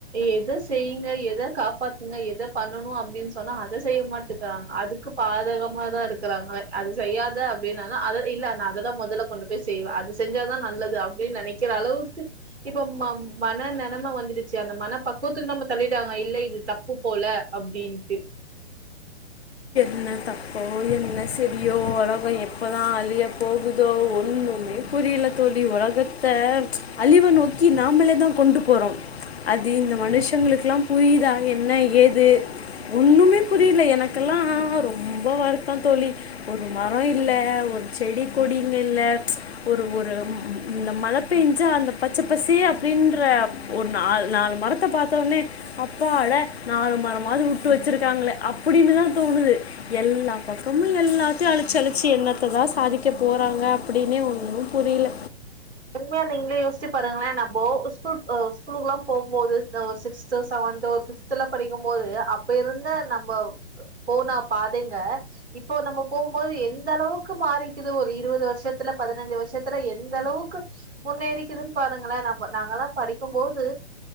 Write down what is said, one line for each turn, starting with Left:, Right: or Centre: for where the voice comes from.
Right: எதோ செய்ங்க எதோ காப்பாத்துங்க எதோ பண்ணணு அப்டின்னு சொன்னா அத செய்ய மாட்டேக்கறாங்க அதுக்கு பாதகமாதா இருக்குறாங்க அது செய்யாத அப்டின்னாதா அத இல்ல நா அததா மொதல்ல கொண்டு போய் செய்வ அத செஞ்சாதா நல்லது அப்டின்னு நெனைக்கிற அளவுக்கு இப்ப ம மன நெனம வந்துருச்சி அந்த மன பக்குவத்துக்கு நம்ம தள்ளிட்டாங்க இல்ல இது தப்பு போல அப்டின்ட்டு
Left: என்ன தப்போ என்ன சரியோ உலகம் எப்பதா அழிய போகுதோ ஒன்னுமே புரியல தோழி ஒலகத்த ம்ச் அழிவு நோக்கி நாமளே தா கொண்டு போறோ அது இந்த மனுஷங்களுக்லா புரியுதா என்ன ஏது ஒன்னுமே புரியல எனக்கெல்லா ரொம்ப வருத்தோ தோழி ஒரு மரோ இல்ல ஒரு செடி கொடிங்க இல்ல ம்ச் ஒரு ஒரு இந்த மழ பேஞ்சா அந்த பச்ச பசே அப்டின்ற ஒரு நால் நாலு மரத்த பாத்தோனே அப்பாடா நாலு மரமாவது வுட்டு வச்சுருக்காங்களே அப்டின்னு தா தோணுது. எல்லா பக்கமும் எல்லாத்யு அழிச்சி அழிச்சி என்னத்ததா சாதிக்க போறாங்க அப்டினே ஒன்னூ புரியல
Right: உண்மையா நீங்ளே யோஷ்ச்சு பாருங்களே நம்போ ஸ்கூல்க் அ ஸ்கூலுக்குலா போம்போது த்த சிக்ஸ்து செவென்து ஒரு ஃபிப்த்துல படிக்கும்போது அப்ப இருந்த நம்போ போனா பாதைங்க இப்போ நம்ப போகும்போது எந்த அளவுக்கு மாறிக்குது ஒரு இருவது வருஷத்துல பதனஞ்சு வருஷத்துல எந்த அளவுக்கு முன்னேறிக்குதுன்னு பாருங்களே நம்ப நாங்கெல்லா படிக்கும்போது